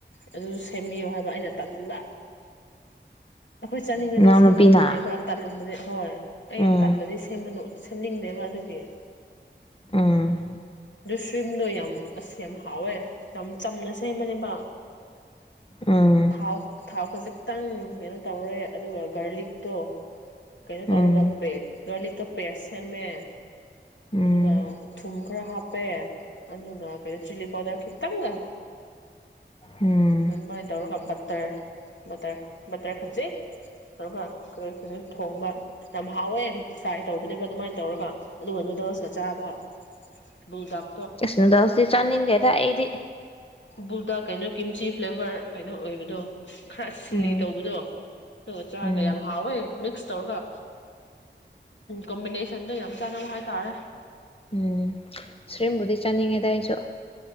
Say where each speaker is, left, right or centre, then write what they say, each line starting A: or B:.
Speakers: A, on the left; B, on the left.
A: ꯑꯗꯨꯁꯨ ꯁꯦꯝꯕꯤꯌꯨ ꯍꯥꯏꯕ ꯑꯩꯅ ꯇꯟꯕ ꯑꯩꯈꯣꯏ ꯆꯥꯅꯤꯡꯉꯗꯤ
B: ꯅꯅꯥꯎ
A: ꯁꯦꯝꯕ
B: ꯅꯨꯄꯤꯅ
A: ꯅꯨꯡꯉꯥꯏꯕ ꯇꯟꯗꯗꯤ ꯍꯔ ꯑꯩ
B: ꯎꯝ
A: ꯇꯂꯗꯤ ꯁꯦꯝꯃꯅ ꯁꯦꯝꯝꯅꯤꯡꯅꯦꯕ ꯑꯗꯨꯒꯤ
B: ꯎꯝ
A: ꯁ꯭ꯋꯤꯝꯗꯣ ꯌꯥꯝ ꯑꯁ ꯌꯥꯝ ꯍꯥꯎꯋꯦ ꯌꯥꯝ ꯆꯝꯅ ꯁꯦꯝꯕꯅꯦꯕ
B: ꯎꯝ
A: ꯊꯥꯎ ꯊꯥꯎ ꯈꯖꯤꯛ ꯈꯤꯇꯪ ꯀꯩꯅꯣ ꯇꯧꯔꯦ ꯑꯗꯨꯒ ꯒꯥꯔꯂꯤꯛꯇꯣ ꯀꯩꯩꯅꯧꯔꯒꯞꯦ
B: ꯎꯝ
A: ꯒ ꯇꯞ ꯄꯁꯃꯦ
B: ꯎꯝ
A: ꯑꯗꯨꯒ ꯊꯨꯝ ꯈꯔ ꯍꯥꯞ ꯄꯦ ꯑꯗꯨꯒ ꯀꯩꯅꯣ ꯆꯤꯂꯤ ꯄꯥꯎꯗꯔ ꯈꯤꯇꯪꯒ
B: ꯎꯝ
A: ꯎ ꯑꯗꯨꯃꯥꯏ ꯇꯔ ꯀ ꯕꯇꯔꯕꯔ ꯕꯇꯔ ꯈꯟꯖꯤꯩ ꯑꯗꯨꯒ ꯊꯣꯡꯕ ꯌꯥꯝ ꯍꯥꯎꯋꯦ ꯆꯥꯏ ꯇꯧꯕꯅꯦꯕ ꯑꯗꯨꯃꯥꯏꯅ ꯇꯧꯔꯒ ꯑꯗꯨꯒ ꯅꯨꯗꯜꯁ ꯀꯥ ꯆꯥꯕ ꯕꯨꯜꯗꯣꯛ
B: ꯏꯁꯅ ꯗꯁꯗꯤ ꯆꯥꯅꯤꯡꯒꯦꯗ ꯑꯩꯗꯤ
A: ꯕꯨꯗ ꯀꯩꯅꯣ ꯀ꯭ꯝꯆꯤ ꯐ꯭ꯂꯦꯕꯔ ꯀꯩꯅꯣ ꯑꯣꯏꯕꯗꯣ ꯈꯔ ꯁꯤꯜꯂꯤ
B: ꯎꯝ
A: ꯇꯧꯕꯗꯣ ꯑꯗꯨꯒ ꯆꯥꯔꯒ
B: ꯎꯝ
A: ꯌꯥꯝ ꯍꯥꯎꯋꯦ ꯃꯤꯛꯁ ꯇꯧꯔꯒ ꯀꯣꯝꯕꯤꯅꯦꯁꯟꯗꯣ ꯌꯥꯝ ꯆꯥꯟꯅꯕ ꯍꯥꯏꯇꯥꯔꯦ
B: ꯎꯝ ꯁꯔꯤꯕꯨꯗꯤ ꯆꯥꯅꯤꯡꯉꯦꯗ ꯑꯩꯁꯨ